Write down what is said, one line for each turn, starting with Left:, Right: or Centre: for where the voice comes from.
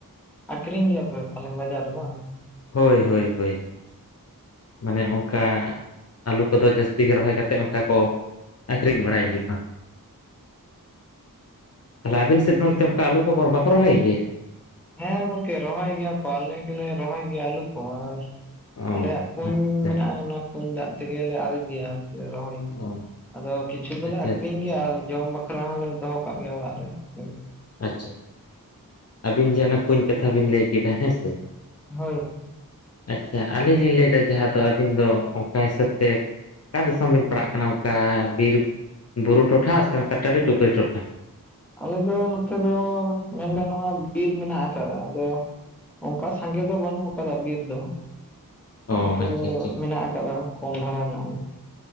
Centre: ᱟᱠᱷᱨᱤᱧ ᱜᱮᱭᱟᱯᱮ ᱛᱟᱦᱚᱞᱮ, ᱵᱟᱡᱟᱨ ᱨᱮ ᱵᱟᱝ?
Left: ᱦᱳᱭ ᱦᱳᱭ ᱦᱳᱭ ᱢᱟᱱᱮ ᱚᱠ ᱚᱱᱠᱟ ᱟᱹᱞᱩ ᱠᱚᱫᱚ ᱡᱟᱹᱥᱛᱤ ᱜᱮ ᱨᱚᱦᱚᱭ ᱠᱟᱛᱮᱫ ᱚᱱᱠᱟ ᱠᱚ ᱟᱹᱠᱷᱨᱤᱧ ᱵᱟᱲᱟᱭ ᱦᱩᱭᱩᱜ-ᱟ᱾ ᱛᱟᱦᱚᱞᱮ, ᱟᱵᱤᱱ ᱥᱮᱫ ᱫᱚ ᱱᱤᱛᱚᱜ ᱟᱞᱩ ᱠᱚᱠᱚ ᱵᱟᱠᱚ ᱨᱚᱦᱚᱭ ᱜᱮ?
Centre: ᱦᱮᱸᱻ, ᱜᱚᱝᱠᱮ, ᱨᱚᱦᱚᱭ ᱜᱮᱭᱟ ᱠᱚ, ᱟ. ᱞᱤᱧ ᱜᱤᱞᱤᱧ ᱨᱚᱦᱚᱭ ᱜᱮᱭᱟ, ᱟᱞᱩ ᱠᱚ ᱟᱨ
Left: ᱚ
Centre: ᱟᱞᱮᱭᱟᱜ ᱠᱩᱧ
Left: ᱟᱪᱪᱷᱟ
Centre: ᱢᱮᱱᱟᱜ-ᱟ
Left: ᱟᱪᱪᱷᱟ
Centre: ᱚᱱᱟ ᱠᱩᱧ ᱫᱟᱜ ᱛᱮᱜᱮᱞᱮ ᱟᱨᱮᱡ ᱜᱮᱭᱟ᱾ ᱞᱮ ᱨᱚᱦᱚᱭ ᱜᱮᱭᱟ
Left: ᱚ
Centre: ᱟᱫᱚ ᱠᱤᱪᱷᱩ ᱫᱚᱞᱮ
Left: ᱟᱪᱪᱷᱟ
Centre: ᱟᱠᱷᱨᱤᱧ
Left: ᱟᱪᱪᱷᱟ ᱟᱪᱪᱷᱟ
Centre: ᱜᱮᱭᱟ ᱟᱨ ᱡᱚᱢ ᱵᱟᱠᱷᱨᱟ ᱦᱚᱸᱞᱮ, ᱫᱚᱦᱚ ᱠᱟᱜ ᱜᱮᱭᱟ, ᱚᱲᱟᱜ ᱨᱮ ᱞᱟᱹᱜᱤᱫ ᱾
Left: ᱟᱪᱪᱷᱟ ᱟᱪᱪᱷᱟ ᱟᱹᱵᱤᱱ ᱡᱮ ᱚᱱᱟ ᱠᱩᱧ ᱠᱟᱛᱷᱟ ᱵᱤᱱ ᱞᱟᱹᱭ ᱠᱮᱫᱟ ᱦᱮᱸᱥᱮ
Centre: ᱦᱳᱭ ᱾
Left: ᱟᱪᱪᱷᱟ ᱟᱹᱞᱤᱧ ᱞᱤᱧ ᱞᱟᱹᱭᱫᱟ ᱡᱟᱦᱟᱸ ᱫᱚ ᱟᱹᱵᱤᱱ ᱫᱚ ᱚᱱᱠᱟ ᱦᱤᱥᱟᱹᱵ ᱛᱮ ᱚᱠᱟ ᱫᱤᱥᱚᱢ ᱵᱤᱱ ᱯᱟᱲᱟᱜ ᱠᱟᱱᱟ ᱾ ᱚᱱᱠᱟ ᱵᱤᱨ ᱵᱩᱨᱩ ᱴᱚᱴᱷᱟ ᱥᱮ? ᱚᱱᱠᱟ ᱴᱟᱺᱰᱤ ᱴᱩᱯᱨᱤ ᱴᱚᱴᱷᱟ ᱾
Centre: ᱟᱞᱮ ᱫᱚ ᱱᱚᱛᱮ ᱫᱚ ᱢᱮᱱ ᱜᱟᱱᱚᱜ-ᱟ ᱵᱤᱨ ᱢᱮᱱᱟᱜ ᱟᱠᱟᱫᱟ ᱟᱫᱚ ᱚᱱᱠᱟ ᱥᱟᱸᱜᱮ ᱫᱚ ᱵᱟᱹᱱᱩᱜ ᱟᱠᱟᱫᱟ ᱵᱤᱨ ᱫᱚ᱾
Left: ᱚ
Centre: ᱤᱱᱠᱟᱹ
Left: ᱟᱪᱪᱷᱟ ᱟᱪᱪᱷᱟ ᱟᱪᱪᱷᱟ
Centre: ᱢᱮᱱᱟᱜ ᱟᱠᱟᱫᱟ, ᱠᱚᱢ ᱫᱷᱟᱨᱟ ᱧᱚᱜ ᱜᱮ ᱾